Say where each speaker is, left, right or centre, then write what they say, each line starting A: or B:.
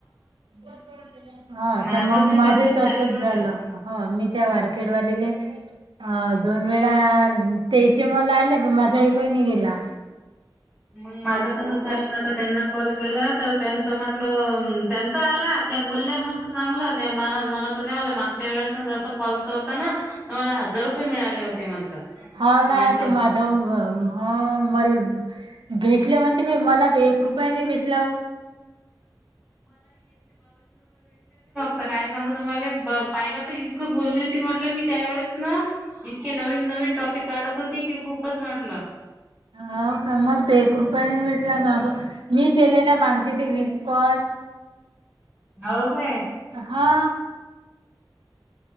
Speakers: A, on the right (about 80°); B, on the right (about 15°).
A: <unintelligible> हा
B: माझं
A: तर मग
B: पण
A: माझंही
B: तसंच
A: तसच
B: म्हटलं
A: झालं ह मी त्या वारखेड वालेले अ दोन वेळा तेचे मला आले पण माझा एकही नाही गेला.
B: मंग माझं तसंच झालं नाता त्यांना कॉल केला. त्यांच म्हटलं त्यांचा आला त्या बोलल्या मस्त चांगलं ते माला म्हणत होत्या मागच्या वेळेस <unintelligible> जस कॉल तो होता ना, मला हजार रुपये मिळाले होते म्हणतात.
A: हा ना,
B: मी म्हटलं
A: ते माधव ह मल भेटले म्हणते मी मला त एक रुपयानी भेटलाव
B: आता काय सांग तु्हा पाहिलं तर इतकं बोलली होती म्हटलं मी त्या वळेस ना, इतके नवीन न नवीन टॉपिक काढत होती की खूपच म्हटलं.
A: हा कमल ते एक रुपयाने <unintelligible> भेटला माग. मी केले ना, मांगचे ते विस कॉल.
B: हो काय.
A: हा